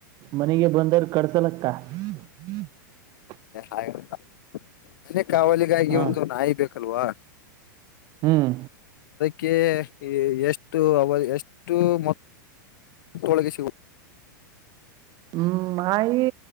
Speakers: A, on the right (about 35°); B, on the left (about 75°).
A: ಮನೆಗೆ ಬಂದರ್ ಕಡ್ಸಲಕ್ಕ ಕ
B: ಹಾಗಲಿಲ್ಲ ಅದೇ ಕಾವಲಿಗಾಗಿ
A: ಹಾ
B: ಒಂದು ನಾಯಿ ಬೇಕಲ್ವಾ
A: ಹ್ಮ್
B: ಕೆ ಎಷ್ಟು ಅವ ಎಷ್ಟು ಮ ಒಳಗೆ ಶಿವ್
A: ಹ್ಮ್ ನಾಯಿ